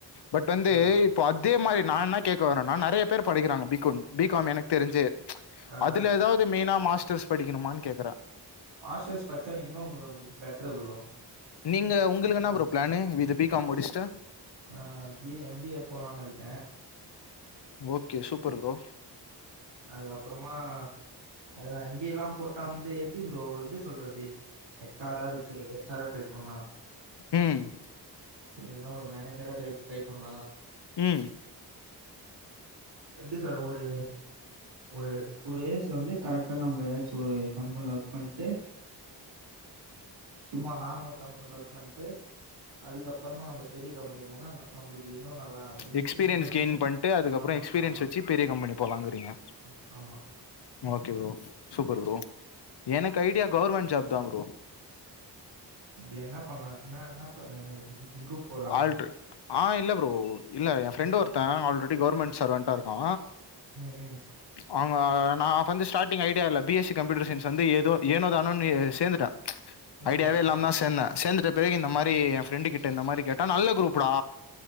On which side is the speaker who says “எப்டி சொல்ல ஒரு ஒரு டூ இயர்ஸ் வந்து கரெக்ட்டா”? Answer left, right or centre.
Right